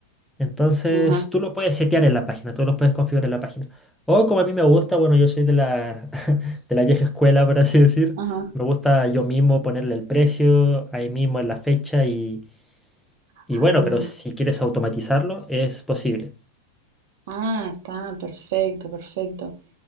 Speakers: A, in the centre; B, on the right (about 60°).
A: Entonces,
B: Ajá.
A: tú lo puedes setear en la página, tú lo puedes configurar en la página. O como a mí me gusta, bueno, yo soy de la, <laughs> de la vieja escuela, por así decir.
B: Ajá.
A: Me gusta yo mismo ponerle el precio, ahí mismo en la fecha y, y
B: Ah,
A: bueno, pero si quieres automatizarlo, es posible.
B: ah, está, perfecto, perfecto.